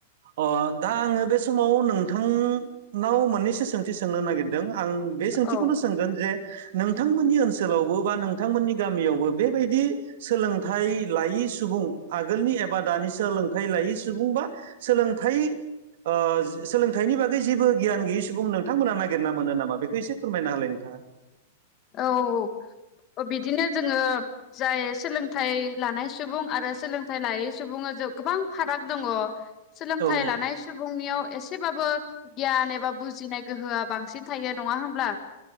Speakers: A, on the right; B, on the left.
A: अ दा आङो बे। समाव नोंथांनाव मोननैसो सोंथि सोंनो नागिरदों आं बे सोंथिखौनो
B: औ
A: सोंगोन जे नों नोंथांमोननि ओनसोलावबो बा नोंथांनि गामियावबो बेबायदि सोलों थाइ लायै सुबुं आगोलनि एबा दानि सोलोंथाइ लायै सुबुं बा सोलोंथाइ ओ सोलोंथाइनि बागै जेबो गियान गैयै सुबुं नोंथांमोना नागिरना मोनो नामा बेखौ एसे फोरमायना होलाय नों <unintelligible>
B: औ-औ औ। अ बिदिनो जोङो जाय सोलोंथाइ लानाय सुबुं आरो सोलोंथाइ लायै सुबुङा गोबां फाराग दङ' सोलोंथाइ
A: औ
B: लानाय सुबुंनियाव एसेबाबो गियान एबा बुजिनाय गोहोआ बांसिन थायो नङा होमब्ला